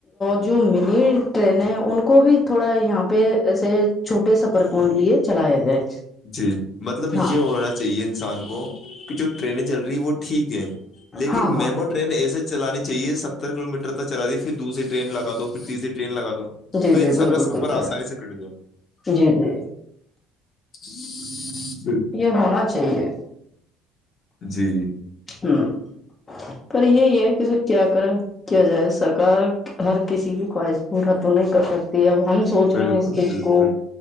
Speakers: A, on the left (about 30°); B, on the left (about 50°).
A: جو منی ٹرینیں ان کو بھی تھوڑا یہاں پہ ایے چھوٹے سفرک لیے چلایا جائے
B: جی مطلب یہ
A: ہاں
B: ہونا چاہیے انسان کو کہ جو ٹرینیں چل رہی ہے وہ ٹھیک ہے لیکن
A: ہاں ہاں
B: میمو ٹرین ایسے چلانی چاہیے ستر کلو میٹر تک چلا رہی پھر دوسری ٹرین لگا دو پھر تیسری ٹرین لگا دو
A: جی
B: تو انسان
A: جی بالکل
B: کا سفر
A: بالکل
B: آسانی سے کٹ گیا
A: جی جی
B: <inaudible>
A: یہ ہونا چاہیے
B: جی
A: ہممم پر یہی ہے کہ س کیا کرا ہے کیا جائے سرکار ہر کسی کی خواہش پورا تو نہیں کر سکتی اب ہم سوچ
B: بالکل
A: رہے ہو اس چیز
B: بالکل
A: کو